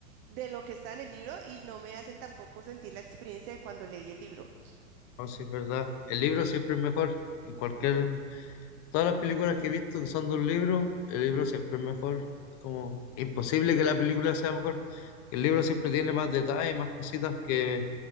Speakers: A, on the right (about 40°); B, on the left (about 35°).
A: de lo que está en el libro y no me hacen tampoco sentir la experiencia de cuando leí el libro.
B: no, sí, es verdad. El libro siempre es mejor en cualquier Todas las películas que he visto que son de un libro, el libro siempre es mejor. Es como imposible que la película sea mejor. El libro siempre tiene más detalles, más cositas que